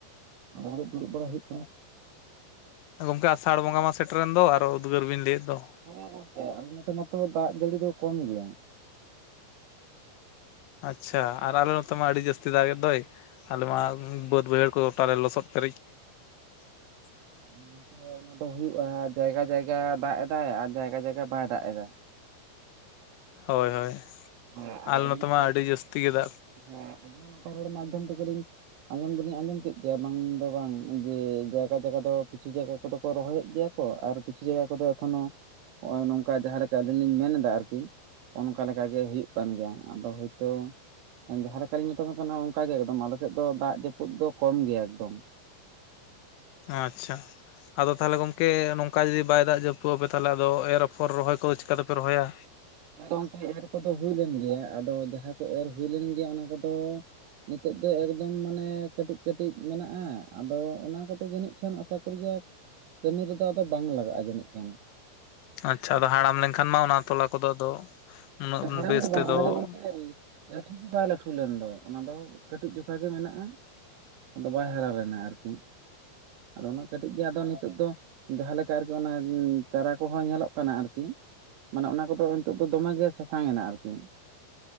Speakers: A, on the right (about 80°); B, on the left (about 85°).
A: <unintelligible> ᱠᱟᱱᱟ᱾
B: ᱟᱜ, ᱜᱚᱢᱠᱮ ᱟᱥᱟᱲ ᱵᱚᱸᱜᱟ ᱢᱟ ᱥᱮᱴᱮᱨᱮᱱ ᱫᱚ ᱟᱨᱚ ᱩᱫᱽᱜᱟᱹᱨ ᱵᱤᱱ ᱞᱟᱹᱭᱮᱫ ᱫᱚ᱾
A: ᱦᱮᱸ ᱜᱚᱝᱠᱮ, ᱟᱞᱮ ᱱᱚᱛᱮ ᱢᱟᱛᱚ ᱫᱟᱜ ᱡᱟᱹᱲᱤ ᱫᱚ ᱠᱚᱢ ᱜᱮᱭᱟ᱾
B: ᱟᱪᱪᱷᱟ ᱟᱨ ᱟᱞᱮ ᱱᱚᱛᱮ ᱢᱟ ᱟᱹᱰᱤ ᱡᱟᱹᱥᱛᱤ ᱫᱟᱜᱽ ᱮᱫ ᱫᱚᱭ ᱟᱞᱮ ᱢᱟ ᱵᱟᱹᱫᱽ ᱵᱟᱹᱭᱦᱟᱹᱲ ᱠᱚ ᱜᱚᱴᱟ ᱞᱮ ᱞᱚᱥᱚᱫ <unintelligible> <inaudible>
A: <unintelligible> ᱫᱚ ᱦᱩᱭᱩᱜᱼᱟ ᱡᱟᱭᱜᱟ ᱡᱟᱭᱜᱟ ᱫᱟᱜ ᱮᱫᱟᱭ, ᱟᱨ ᱡᱟᱭᱜᱟ ᱡᱟᱭᱜᱟ ᱵᱟᱭ ᱫᱟᱜ ᱮᱫᱟ᱾
B: ᱦᱳᱭ ᱦᱳᱭ,
A: ᱦᱮᱸ
B: ᱟᱞᱮ
A: ᱟᱫᱚ
B: ᱱᱚᱛᱮ
A: ᱟᱹᱞᱤᱧ
B: ᱢᱟ
A: ᱦᱚᱸ
B: ᱟᱹᱰᱤ
A: ᱱᱚᱝᱠᱟ
B: ᱡᱟᱹᱥᱛᱤ ᱜᱮ ᱫᱟᱜ
A: <unintelligible> ᱢᱟᱫᱽᱫᱷᱚᱢ ᱛᱮᱜᱞᱤᱧ ᱟᱸᱡᱚᱢ ᱫᱚᱞᱤᱧ ᱟᱸᱡᱚᱢ ᱠᱮᱫ ᱜᱮᱭᱟ ᱵᱟᱝ ᱫᱚ ᱵᱟᱝ ᱡᱮ, ᱡᱟᱭᱜᱟ ᱡᱟᱭᱜᱟ ᱫᱚ ᱠᱤᱪᱷᱩ ᱡᱟᱭᱜᱟ ᱠᱚᱫᱚ ᱠᱚ ᱨᱚᱦᱚᱭᱮᱫ ᱜᱮᱭᱟ ᱠᱚ ᱟᱨ ᱠᱤᱪᱷᱩ ᱡᱟᱭᱜᱟ ᱠᱚᱫᱚ ᱮᱠᱷᱚᱱᱳ ᱱᱚᱜ ᱚᱭ ᱱᱚᱝᱠᱟ ᱡᱟᱦᱟᱸ ᱞᱮᱠᱟ ᱟᱹᱞᱤᱧ ᱞᱤᱧ ᱢᱮᱱ ᱮᱫᱟ ᱟᱨᱠᱤ ᱚᱱᱠᱟ ᱞᱮᱠᱟ ᱚᱱᱠᱟ ᱜᱮ ᱦᱩᱭᱩᱜ ᱠᱟᱱ ᱜᱮᱭᱟ ᱟᱫᱚ ᱦᱳᱭᱛᱚ ᱡᱟᱦᱟᱸ ᱞᱮᱠᱟᱞᱤᱧ ᱢᱮᱛᱵᱮᱱ ᱠᱟᱱᱟ ᱚᱱᱠᱟ ᱜᱮ ᱮᱠᱫᱚᱢ, ᱟᱞᱮ ᱥᱮᱫ ᱫᱚ ᱫᱟᱜ ᱡᱟᱹᱯᱩᱫ ᱫᱚ ᱠᱚᱢ ᱜᱮᱭᱟ ᱮᱠᱫᱚᱢ᱾
B: ᱟᱪᱪᱷᱟ, ᱟᱫᱚ ᱛᱟᱦᱞᱮ ᱜᱚᱝᱠᱮ ᱱᱚᱝ ᱚᱠᱟ ᱡᱩᱫᱤ ᱵᱟᱭ ᱫᱟᱜ ᱡᱟᱹᱯᱩᱫ ᱟᱯᱮ, ᱛᱟᱦᱚᱞᱮ ᱟᱫᱚ ᱮᱨ ᱟᱯᱷᱚᱨ ᱨᱚᱦᱚᱭ ᱠᱚᱫᱚ ᱪᱮᱠᱟᱛᱮᱯᱮ ᱨᱚᱦᱚᱭᱟ?
A: ᱟᱫᱚ ᱚᱱᱛᱮ ᱮᱨ ᱠᱚᱫᱚ ᱦᱩᱭ ᱞᱮᱱ ᱜᱮᱭᱟ, ᱟᱫᱚ ᱡᱟᱦᱟᱸ ᱠᱚ ᱮᱨ ᱦᱩᱭ ᱞᱮᱱ ᱜᱮᱭᱟ ᱚᱱᱟ ᱠᱚᱫᱚ ᱱᱤᱛᱚᱜ ᱫᱚ ᱮᱠᱫᱚᱢ ᱢᱟᱱᱮ ᱠᱟᱹᱴᱤᱡ ᱠᱟᱹᱴᱤᱡ ᱢᱮᱱᱟᱜᱼᱟ, ᱟᱫᱚ ᱚᱱᱟ ᱠᱚᱫᱚ ᱡᱟᱹᱱᱤᱡ ᱠᱷᱟᱱ ᱟᱥᱟ <unintelligible> ᱠᱟᱹᱢᱤ ᱨᱮᱫᱚ ᱟᱫᱚ ᱵᱟᱝ ᱞᱟᱜᱟᱜᱼᱟ ᱡᱟᱹᱱᱤᱡ ᱠᱷᱟᱱ᱾
B: ᱟᱪᱪᱷᱟ, ᱟᱫᱚ ᱦᱟᱲᱟᱢ ᱞᱮᱱᱠᱷᱟᱱ ᱢᱟ ᱚᱱᱟ ᱛᱚᱞᱟ ᱠᱚᱫᱚ ᱟᱫᱚ ᱩᱱᱟᱹᱜ
A: ᱟᱫᱚ ᱦᱟᱲᱟᱢ
B: ᱵᱮᱥ
A: ᱫᱚ
B: ᱛᱮᱫᱚ
A: ᱵᱟᱝ ᱚᱱᱟ ᱫᱚ ᱜᱚᱢᱠᱮ ᱞᱟᱹᱴᱩ ᱫᱚ ᱵᱟᱭ ᱞᱟᱹᱴᱷᱩ ᱞᱮᱱ ᱫᱚ, ᱚᱱᱟ ᱫᱚ ᱠᱟᱹᱴᱤᱡ ᱡᱚᱠᱷᱟ ᱜᱮ ᱢᱮᱱᱟᱜᱼᱟ᱾ ᱟᱫᱚ ᱵᱟᱭ ᱦᱟᱨᱟ ᱞᱮᱱᱟ ᱟᱨᱠᱤ ᱟᱫᱚ ᱩᱱᱟᱹᱜ ᱠᱟᱹᱴᱤᱡ ᱜᱮ ᱟᱫᱚ ᱛᱚᱜ ᱫᱚ ᱡᱟᱦᱟ ᱞᱮᱠᱟ ᱟᱨᱠᱤ ᱚᱱᱟ ᱪᱟᱨᱟ ᱠᱚᱦᱚᱸ ᱧᱮᱞᱚᱜ ᱠᱟᱱᱟ ᱟᱨᱠᱤ ᱢᱟᱱᱮ ᱚᱱᱟ ᱠᱚᱫᱚ ᱛᱚᱜ ᱫᱚ ᱫᱚᱢᱮ ᱜᱮ ᱥᱟᱥᱟᱝ ᱮᱱᱟ ᱟᱨᱠᱤ᱾